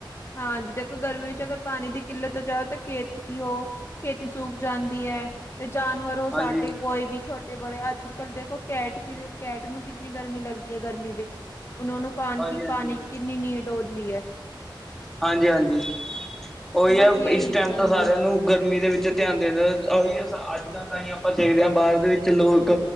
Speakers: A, on the left (about 35°); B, in the centre.
A: ਹਾਂਜੀ, ਦੇਖੋ ਗਰਮੀ ਵਿੱਚ ਅਗਰ ਪਾਣੀ ਦੀ ਕਿੱਲਤ ਜਾਓ ਤਾਂ ਖੇਤ ਕੀ ਹੋ ਖੇਤੀ ਸੁੂੱਕ ਜਾਂਦੀ ਹੈ ਤੇ ਜਾਨਵਰ, ਉਹ ਸਾਡੇ
B: ਹਾਂਜੀ
A: ਕੋਈ ਵੀ ਛੋਟੇ ਬਡੇ ਅੱਜ ਕੱਲ੍ਹ ਦੇਖੋ, ਕੈਟ ਕਿ ਕੈਟ ਨੂੰ ਕਿੰਨੀ ਗਰਮੀ ਲੱਗਦੀ ਹੈ ਗਰਮੀ ਵਿੱਚ ਉਹਨਾਂ ਨੂੰ ਪਾਨ
B: ਹਾਂਜੀ
A: ਕੀ
B: ਹਾਂਜੀ
A: ਪਾਣੀ ਕਿ ਕਿੰਨੀ ਨੀਡ ਹੁੰਦੀ ਹੈ।
B: ਹਾਂਜੀ ਹਾਂਜੀ, ਉਹੀ
A: ਬਸ
B: ਹੈ
A: ਯਹੀ
B: ਇਸ ਟਾਈਮ
A: ਹਾਂਜੀ।
B: ਤਾਂ ਸਾਰਿਆਂ ਨੂੰ। ਗਰਮੀ ਦੇ ਵਿੱਚ ਧਿਆਨ ਦੇਿੰਦੇ ਉਹੀ ਅ, ਅੱਜ ਕੱਲ ਤਾਂ ਹੀ ਆਪਾਂ ਦੇਖਦੇ ਹਾਂ ਬਾਹਰ ਦੇ ਵਿੱਚ ਲੋਕ